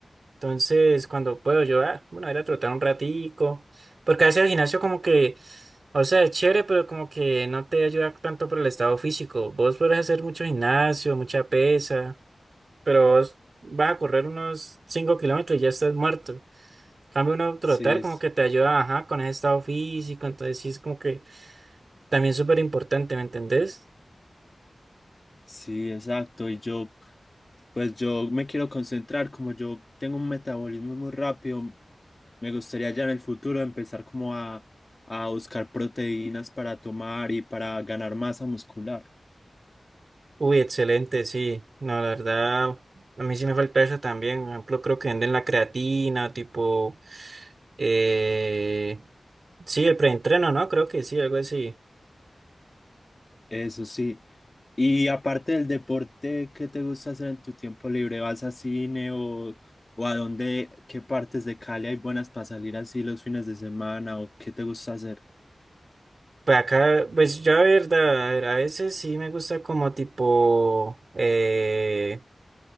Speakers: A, on the right; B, on the left.
A: Entonces, cuando puedo yo, ah, bueno, ir a trotar un ratico. Porque a veces el gimnasio como que, o sea, es chévere, pero como que no te ayuda tanto por el estado físico. Vos podés hacer mucho gimnasio, mucha pesa, pero vos vas a correr unos 5 kilómetros y ya estás muerto. En Cambio uno trotar
B: Sí, es-
A: como que te ayuda, ajá, con ese estado físico. Entonces, sí, es como que también súper importante, ¿me entendés?
B: sí, exacto. Y yo, pues yo me quiero concentrar, como yo tengo un metabolismo muy rápido, me gustaría ya en el futuro empezar como a, a buscar proteínas para tomar y para ganar masa muscular.
A: Uy, excelente, sí. No, la verdad, a mí sí me falta eso también. Por ejemplo, creo que venden la creatina, tipo, eh, sí, el preentreno, ¿no? Creo que sí, algo así.
B: Eso sí. Y aparte del deporte, ¿qué te gusta hacer en tu tiempo libre? ¿Vas a cine o, o a dónde, qué partes de Cali hay buenas para salir así los fines de semana o qué te gusta hacer?
A: Pues acá, pues yo, la verdad, a ver, a veces sí me gusta como tipo, eh,